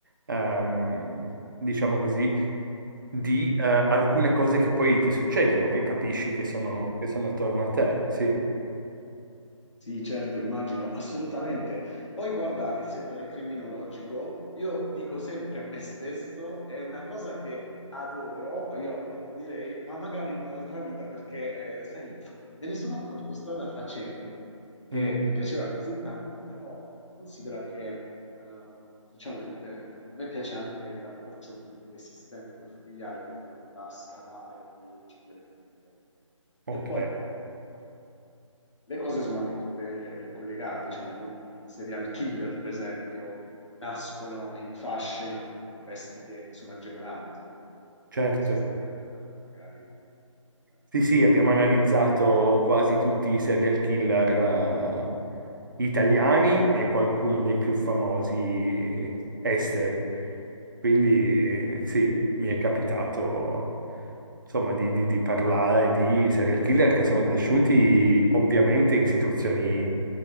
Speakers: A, on the right; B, on the left.
A: ehm, diciamo così, di eh, alcune cose che poi ti succedono, che capisci che sono,
B: sì.
A: che sono attorno a te, sì.
B: Sì, certo, immagino, assolutamente. Poi guarda, il settore criminologico, io dico sempre a me stesso, è una cosa che adoro, io approfondirei, ma magari in un'altra vita, perché, eh, sai, me ne sono accorto strada facendo, che
A: Mm,
B: mi piaceva così tanto, però considera che, ehm, diciamo, gli- eh, a me piace anche l'approccio, come dire, sistemico e familiare, quindi quello che va a scavare nelle origini delle famiglie.
A: ok,
B: Che poi le cose sono anche tutte eh, collegate, cioè molti serial killer, per esempio, nascono in fasce in alcuni contesti che sono agevolanti, no? Non
A: certo.
B: so se ti è capitato magari di... eh,
A: Sì, sì, abbiamo analizzato quasi tutti i serial killer eh, italiani e qualcuno dei più famosi esteri. Quindi sì, mi è capitato insomma di, di- di parlare di serial killer che sono cresciuti ovviamente in situazioni